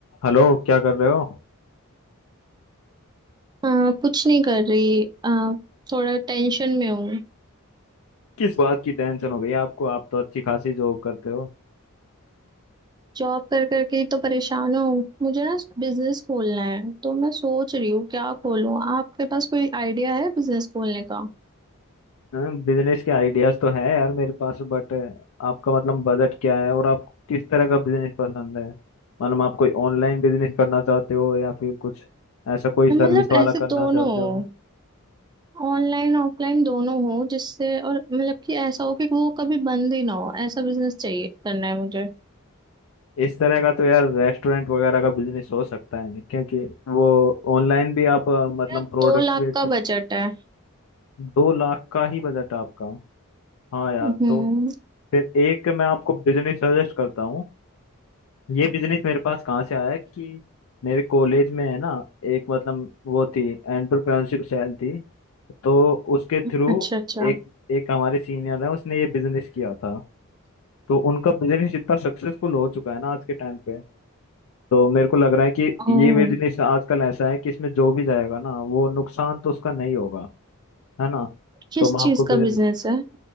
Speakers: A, on the left (about 65°); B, on the right (about 20°).
A: Hello क्या कर रहे हो
B: हाँ कुछ नहीं कर रही आ, थोड़ा टेंशन में हूँ
A: किस बात की टेंशन हो गई आपको आप तो अच्छी खासी जॉब करते हो
B: जॉब कर करके ही तो परेशान हूँ मुझे ना बिजनेस खोलना है तो मैं सोच रही हूँ क्या खोलूँ आपके पास कोई आइडिया है बिजनेस खोलने का
A: बिजनेस के आइडियाज तो है यार मेरे पास बट आपका मतलब बजट क्या है और आप किस तरह का बिजनेस पसंद है मतलब आप कोई ऑनलाइन बिजनेस करना चाहते हो या फिर कुछ ऐसा कोई सर्विस
B: मतलब
A: वाला
B: ऐसे
A: करना
B: दोनों
A: चाहते
B: हो,
A: हो
B: ऑनलाइन ऑफलाइन दोनों हो जिससे और मतलब कि ऐसा हो कि वो कभी बंद ही ना हो ऐसा बिजनेस चाहिए करना है मुझे
A: इस तरह का तो यार रेस्टोरेंट वगैरह का बिजनेस हो सकता है क्योंकि वो ऑनलाइन भी आप अ,
B: मेरा
A: मतलब प्रोडक्ट्स
B: दो लाख
A: बेच
B: का
A: सकते
B: बजट है
A: दो लाख का ही बजट आपका हाँ यार
B: हम्म
A: तो फिर एक मैं आपको बिजनेस सजेस्ट करता हूँ ये बिजनेस मेरे पास कहाँ से आया कि मेरे कॉलेज में है ना एक मतलब वो थी एंटरप्रेन्योरशिप सेल थी तो उसके
B: अच्छा
A: थ्रू
B: अच्छा
A: एक एक हमारे सीनियर है उसने ये बिजनेस किया था तो उनका बिजनेस इतना सक्सेसफुल हो चुका है ना आज के टाइम पे तो मेरे को लग रहा है कि
B: ओह
A: ये बिजनेस आजकल ऐसा है कि इसमें जो भी जाएगा ना वो नुकसान तो उसका नहीं होगा है ना
B: किस
A: तो मैं आपको
B: चीज
A: बिजनेस
B: का बिजनेस है